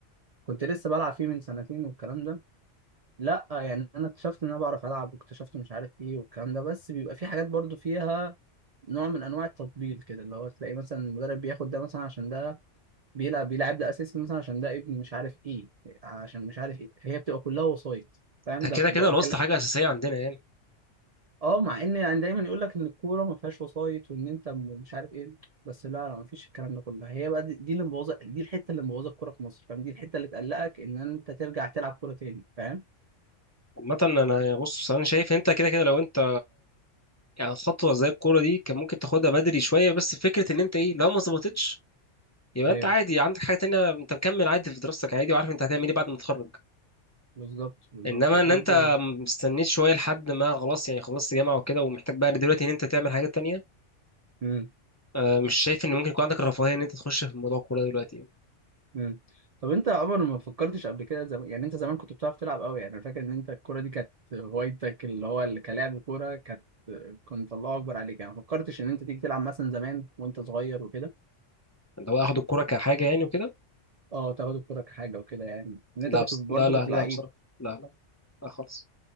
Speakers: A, on the right (about 60°); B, on the left (about 20°).
A: كنت لسه بلعب فيه من سنتين والكلام ده لا يعني انا اكتشفت ان انا بعرف العب واكتشفت مش عارف ايه والكلام ده بس بيبقى في حاجات برضو فيها نوع من انواع التطبيل كده اللي هو تلاقي مثلا المدرب بياخد ده مثلا عشان ده بيلعب بيلعب ده اساسي مثلا عشان ده ابن مش عارف ايه عشان مش عارف ايه هي بتبقى كلها وسايط فاهم
B: ده
A: ده
B: كده
A: ب-
B: كده
A: بكلم
B: الوسط حاجة أساسية عندنا يعني
A: اه مع ان يعني دايما يقول لك ان الكوره ما فيهاش وسايط وان انت م- مش عارف ايه بس لا لا ما فيش الكلام ده كله هي بقى دي, دي اللي مبوظه دي الحته اللي مبوظه الكوره في مصر فاهم دي الحته اللي تقلقك ان انت ترجع تلعب كوره تاني فاهم
B: عامة أنا بص أنا شايف أنت كده كده لو أنت يعني خطوة زي الكورة دي كان ممكن تاخدها بدري شوية بس فكرة إن أنت إيه لو ما ظبطتش يبقى
A: ايوه
B: أنت عادي عندك حاجة تانية أنت مكمل عادي في دراستك عادي وعارف أنت هتعمل إيه بعد ما تتخرج
A: بالظبط بالظبط
B: إنما
A: وبرده
B: إن أنت مستنيت شوية لحد ما خلاص يعني خلصت جامعة وكده ومحتاج بقى دلوقتي إن أنت تعمل حاجات تانية
A: امم
B: آه، مش شايف ان ممكن يكون عندك الرفاهيه ان انت تخش في موضوع الكوره ده دلوقتي يعني
A: امم طب انت يا عمر ما فكرتش قبل كده زم... يعني انت زمان كنت بتعرف تلعب قوي يعني انا فاكر ان انت الكوره دي كانت هوايتك اللي هو اللي كلاعب كوره كانت كنت الله اكبر عليك يعني ما فكرتش ان انت تيجي تلعب مثلا زمان وانت صغير وكده
B: اللي هو اخد الكوره كحاجه يعني وكده
A: اه تاخد الكوره كحاجه وكده يعني ان
B: لا
A: انت كنت
B: بس
A: برضه
B: لا لا
A: كنت
B: لا
A: لعيب
B: بصراحه لا لا لا خالص